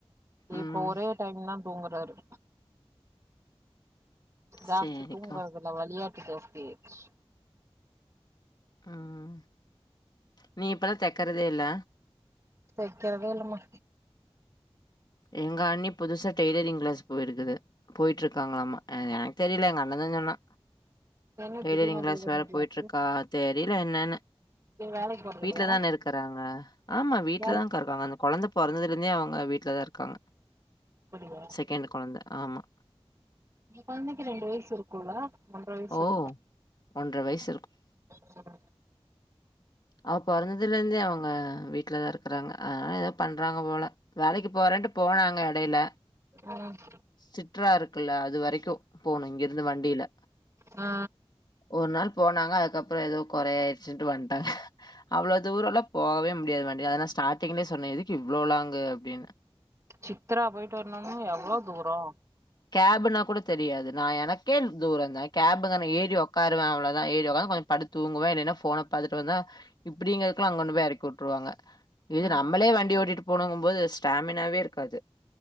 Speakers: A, on the right (about 30°); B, on the left (about 45°).
A: இப்ப
B: ம்
A: ஒரே டைம் தா தூங்கறாரு ஜாஸ்தி
B: சேரிக்கா
A: தூங்கறதில்ல வெளையாட்டு ஜாஸ்தியாயிருச்சு
B: ம் ம் நீ இப்பெல்லா தைக்கறதே இல்ல
A: தைக்கரதே இல்லமா
B: எங்க அண்ணி புதுசா டெய்லரிங் கிளாஸ் போயிருக்குது போயிட்டு இருக்காங்களாம்மா என எனக்கு தெரில எங்க அண்ணதா சொன்னா
A: என்ன
B: டெய்லரிங்
A: திடீர்னு
B: கிளாஸ் வேற
A: கிளாஸு
B: போயிட்டு இருக்கா தெரில என்னன்னு
A: நீ வேலைக்கு போறது
B: வீட்லதான
A: இல்லையா
B: இருக்கறாங்க ஆமா வீட்டுலதாகா
A: வேலைக்கு
B: இருக்காங்க அந்த கொழந்த பொறந்ததுலுருந்தே அவங்க வீட்லதா இருக்காங்க
A: போறியா
B: செகண்டு் கொழந்த ஆமா
A: ஏ கொழந்தைக்கு ரெண்டு வயசு இருக்குல்ல ஒன்றவயசு
B: ஓ
A: இருக்கு
B: ஒன்ற வய்சு இருக்கு
A: எப்டி சொல்ற
B: அவ பொறந்ததுலிருந்தே அவங்க வீட்டிலதா இருக்கறாங்க அதனால எதோ பண்றாங்க போல வேலைக்கு போறேன்ட்டு போனாங்க இடைல
A: ம்
B: சிற்றா இருக்குல்ல அது வரைக்கு போணு இங்க இருந்து வண்டில
A: ஆ
B: ஒரு நாள் போனாங்க அதுக்கப்புறோ எதோ குறையா ஆயிடுச்சின்டு வந்ட்டாங்க அவ்ளோ தூரல்லா போவே முடியாது வண்டில அதநா ஸ்டார்டிங்லே சொன்னே எதுக் இவ்ளோ லாங்குனு அப்டின்னு
A: சித்தரா போயிட்டு வர்ணோனா எவ்ளோ தூரோ
B: கேப்புன்னா கூட தெரியாது நா எனக்கே தூரந்தா கேப் தானே ஏறி உட்காருவே அவ் ளோதா ஏறி உக்காந்து கொஞ் படுத்தூங்குவே இல்லேனா போனை பாத்துட்டு வந்தா இப்டிங்கிறதுக்குள்ள அங்கொண்டு போய் இறக்கி விட்ருவாங்க இது
A: ம்
B: நம்ளே வண்டி ஓட்டிட்டு போனுங்கும்போது ஸ்டாமினாவே இருக்காது